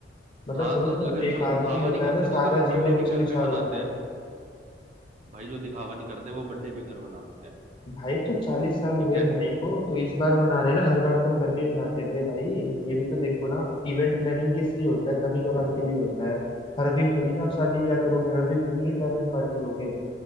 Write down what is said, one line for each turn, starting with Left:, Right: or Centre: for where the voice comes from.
Left: मतलब
Right: हाँ
Left: समझ
Right: तो
Left: रहे हो
Right: अगर
Left: एक
Right: जो दिखावा
Left: आदमी होता
Right: नहीं करते
Left: है ना
Right: तो
Left: सादा
Right: फिर वो बर्थडे
Left: जीवन उच्च
Right: भी घर
Left: विचार
Right: पे मनाते
Left: होता
Right: हैं
Left: है
Right: भाई जो दिखावा नहीं करते वो बर्थडे भी घर मनाते हैं
Left: भाई तो चालीस साल हुए
Right: ठीक
Left: हैं
Right: है
Left: भाई को तो इस बार मना रहे ना हर बार तुम घर पे ही मनाते थे भाई ये भी तो देखो ना आप इवेंट प्लानिंग किस लिए होता है कभी कभार के लिए होता है हर दिन थोड़ी ना आप शादी ब्याह करोगे हर दिन थोड़ी रिटायरमेंट पार्टी दोगे